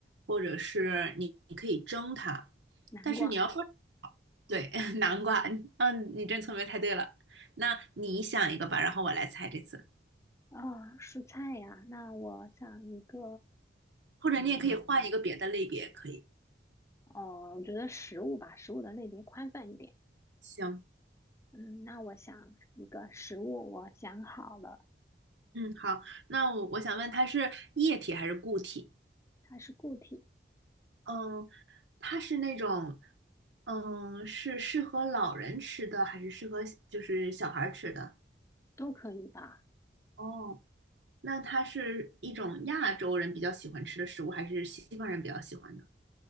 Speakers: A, on the right; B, on the left.
A: 或者是你你可以蒸它，
B: 南瓜。
A: 但是你要说对 <laughs> 南瓜，嗯，你真聪明，猜对了。那你想一个吧，然后我来猜这次，
B: 啊，蔬菜呀，那我想一个，
A: 或者你也可以换一个别的类别，
B: 嗯，
A: 可以。
B: 哦，我觉得食物吧，食物的类别宽泛一点。
A: 行，
B: 嗯，那我想一个食物，我想好了，
A: 嗯，好，那我我想问，它是液体还是固体？
B: 它是固体，
A: 嗯，它是那种，嗯，是适合老人吃的，还是适合就是小孩儿吃的？
B: 都可以吧？
A: 哦。那它是一种亚洲人比较喜欢吃的食物，还是西方人比较喜欢的？